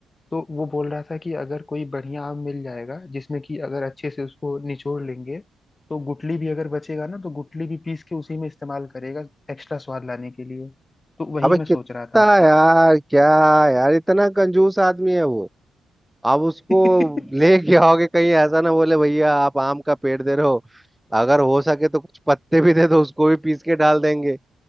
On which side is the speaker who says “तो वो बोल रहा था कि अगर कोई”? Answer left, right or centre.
Left